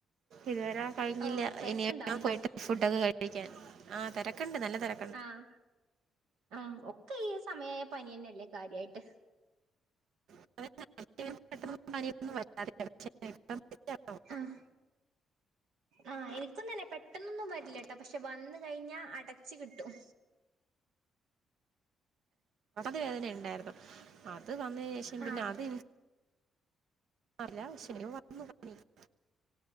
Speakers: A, on the right (about 70°); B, on the right (about 85°).
A: ഇതുവരെ. കഴിഞ്ഞില്ല.
B: ഓ തിരക്കുണ്ടാവുംല്ലേ
A: ഇനി പോയിട്ട് ഫുഡൊക്കെ കഴിക്കാൻ ആ തെരക്ക്ണ്ട് നല്ല തെര
B: ആഹ് ആഹ് ഒക്കെ ഈ സമയായ പനിന്നെ അല്ലേ കാര്യയിട്ട്.
A: <unintelligible> ഇപ്പം ശരിയാണോ?
B: അഹ് ആഹ് എനിക്കൊന്നന്നെ പെട്ടെന്നൊന്നും വരില്ലട്ടോ. പക്ഷെ വന്ന് കഴിഞ്ഞാ അടച്ച് കിട്ടും.
A: വേദന ഇണ്ടായ്രുന്നു. അത് വന്നേനേഷം പിന്നെ
B: ആഹ്
A: അത് <unintelligible>